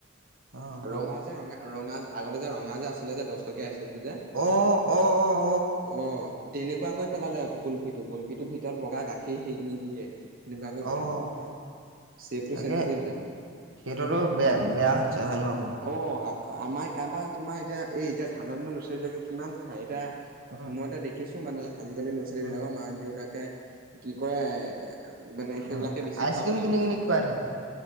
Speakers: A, on the right; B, on the right.
A: অ',
B: ৰঙা যে ৰঙা, ৰঙা আগতে যে ৰঙা যে আছিলে যে দচ টকীয়া আইচ জিমটোযে
A: অ', অ', অ',
B: অ' তেনেকুৱা কৰি পেলালে কুলফিটো, কুলফিটো ভিতৰত বগা গাখীৰ সেই নিদিয়ে। তেনেকুৱা কৰি পেলালে।
A: অ',
B: চেপটো
A: তাকে
B: চেঞ্জ কৰি দিলে মানে।
A: <unintelligible> বেয়া, বেয়া হৈছে হয়
B: আকৌ
A: নহয় ক'?
B: অ', আমাৰ আমাৰ তোমাৰ এতিয়া এই এতিয়া ঠাণ্ডা দিনত ল'ৰা-ছোৱালীবিলাকে কিমান খায়। এতিয়া
A: উম।
B: মই এতিয়া দেখিছো মানে, আজিকালি ল'ৰা-ছোৱালীবিলাকক
A: উম,
B: মাক-দেউতাকে, কি কৰে মানে সেইবিলাকে
A: অ,
B: বেছি
A: আইচক্ৰীম
B: খুৱাবলৈ
A: কিনি
B: লয়
A: কিনি
B: মানে।
A: খুৱাই থাকে।